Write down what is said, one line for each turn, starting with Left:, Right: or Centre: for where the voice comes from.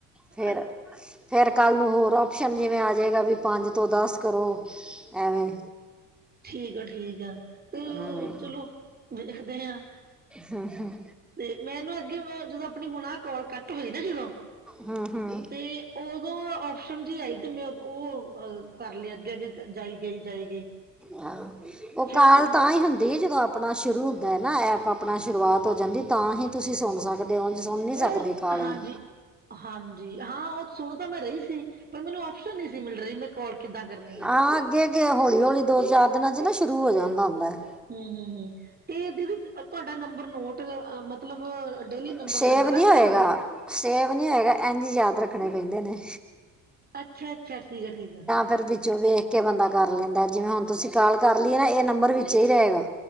Centre: ਫੇਰ
Right: ਅ-
Centre: ਫੇਰ ਕੱਲ ਨੂੰ ਹੋਰ ਔਪਸ਼ਨ ਜਿਵੇਂ ਆ ਜਾਏਗਾ ਵੀ ਪੰਜ ਤੋਂ ਦੱਸ ਕਰੋ, ਐਵੇਂ।
Right: ਠੀਕ ਆ- ਠੀਕ ਆ ਤੋ
Centre: ਹੂੰ
Right: ਚਲੋ ਵੇਖਦੇ ਹਾਂ।
Centre: ਹੂੰ -ਹੂੰ।
Right: ਤੇ ਮੈਨੂੰ ਅੱਗੇ ਮੈ ਜਦੋਂ ਆਪਣੀ <unintelligible> ਕੋਾਲ ਕੱਟ ਹੋਈ ਨਾ ਜਦੋਂ
Centre: ਹੂੰ, ਹੂੰ।
Right: ਤੇ, ਔਦੋਂ ਔਪਸ਼ਨ ਸਮਝਾਈ ਤੇ ਬਾਦ ਉਹ ਅਹ ਕਰ ਲਿਆ ਅੱਗੇ- ਅੱਗੇ ਜਾਈ ਗਈ- ਜਾਈ ਗਈ।
Centre: ਹਾਂ ਉਹ
Right: ਫਿਰ
Centre: ਕਾਲ
Right: ਮੈਨੂੰ
Centre: ਤਾਂ ਹੀ ਹੁੰਦੀ ਜਦੋਂ ਆਪ- ਆਪਣਾ ਸ਼ੁਰੂ ਹੁੰਦਾ ਨਾ ਐਪ ਆਪਣਾ ਸ਼ੁਰੂਆਤ ਹੋ ਜਾਂਦੀ ਤਾਂ ਹੀ। ਤੁਸੀਂ ਸੁਣ ਸਕਦੇ ਹੋ ਓਂਝ ਸੁਣ ਨੀ ਸਕਦੇ
Right: ਉਹ
Centre: ਕਾਲ
Right: ਹਾਂਜੀ
Centre: ਵੀ।
Right: ਹਾਂਜੀ ਹਾਂ ਉਹ ਸੁਣ ਤਾਂ ਮੈਂ ਰਹੀ ਸੀ ਪਰ ਮੈਨੂੰ ਔਪਸ਼ਨ ਨਹੀਂ ਸੀ ਮਿਲ ਰਹੀ ਮੈਂ ਕੋਲ ਕਿੱਦਾਂ ਕਰਨ-
Centre: ਹਾਂ ਅੱਗੇ- ਅੱਗੇ ਹੌਲੀ- ਹੌਲੀ ਦੋ- ਚਾਰ ਦਿਨਾਂ ਚ ਨਾ ਸ਼ੁਰੂ ਹੋ ਜਾਂਦਾ ਹੁੰਦਾ ਏ।
Right: ਹੂੰ -ਹੂੰ, ਹੂੰ ਤੇ ਦੀਦੀ ਤੁਹਾਡਾ ਨੰਬਰ ਨੋਟ ਮਤਲਬ ਡੇਲੀ ਨੰਬਰ
Centre: ਸੇਵ
Right: ਲਗਾਣਾ
Centre: ਨਹੀਂ
Right: ਪਿਆ
Centre: ਹੋਏਗਾ
Right: ਕਰੂਗਾ।
Centre: ਸੇਵ ਨੀ ਹੈਗਾ, ਇੰਝ ਯਾਦ ਰੱਖਣੇ ਪੈਂਦੇ ਨੇ।
Right: ਅੱਛਾ- ਅੱਛਾ ਠੀਕ ਆ- ਠੀਕ ਆ।
Centre: ਫੇਰ ਵਿੱਚੋਂ ਵੇਖ ਕੇ ਬੰਦਾ ਕਰ ਲੈਂਦਾ ਜਿਵੇਂ ਹੁਣ ਤੁਸੀਂ ਕਾਲ ਕਰ ਲਈਏ ਆ ਨਾ ਇਹ ਨੰਬਰ ਵਿੱਚ ਹੀ ਰਹੇਗਾ।